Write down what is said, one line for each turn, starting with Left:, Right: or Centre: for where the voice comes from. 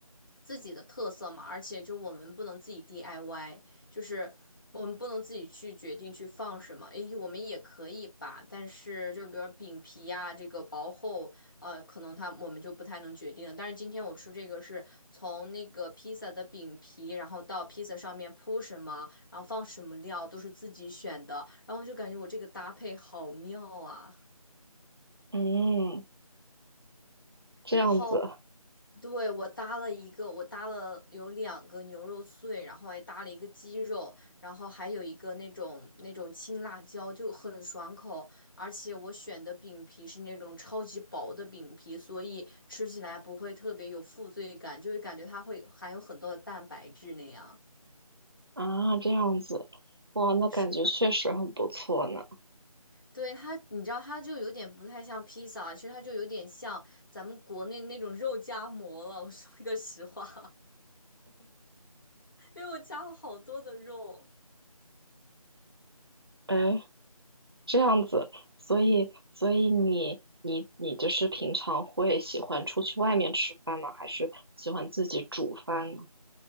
Left: 自己的特色嘛，而且就我们不能自己 DIY。就是我们不能自己去决定去放什么，诶，我们也可以吧，但是就比如说饼皮呀、这个薄厚，呃，可能它我们就不太能决定了但是今天我吃这个是从那个披萨的饼皮，然后到披萨上面铺什么，然后放什么料，都是自己选的，然后就感觉我这个搭配好妙啊。
Right: 嗯嗯，这样子
Left: 然后对我搭了一个，我搭了有两个牛肉碎，然后还搭了一个鸡肉，然后还有一个那种那种青辣椒，就很爽口。而且我选的饼皮是那种超级薄的饼皮，所以吃起来不会特别有负罪感，就会感觉它会含有很多的蛋白质那样。
Right: 啊，这样子，哇，那感觉确实很不错呢。
Left: 是，对它，你知道它就有点不太像披萨，其实它就有点像咱们国内那种肉夹馍了。我说一个实话。因为我加了好多的肉。
Right: 哎，这样子，所以所以你你你就是平常会喜欢出去外面吃饭吗？还是喜欢自己煮饭呢？